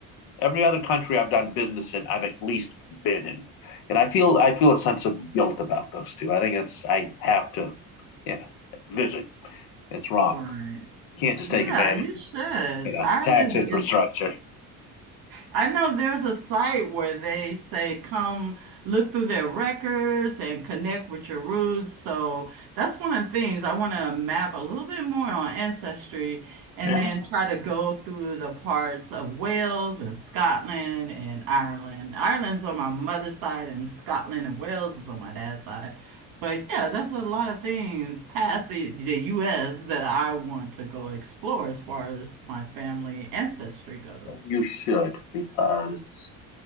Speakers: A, on the left (about 75°); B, on the right (about 75°).
A: Every other country I've done business in, I've at least been in. And I feel I feel a sense of guilt about those two. I think it's I have to, you know, visit. It's wrong.
B: Right.
A: You can't just
B: Yeah,
A: take advantage
B: you
A: of,
B: should.
A: you know,
B: Ireland
A: tax infrastructure.
B: is I know there's a site where they say come look through their records and connect with your roots. So that's one of the things I want to map a little bit more on ancestry and
A: Yeah.
B: then try to go through the parts of Wales and Scotland and Ireland. Ireland's on my mother's side and Scotland and Wales is on my dad's side. But yeah, that's a lot of things past the, the US that I want to go explore as far as my family ancestry goes.
A: You should because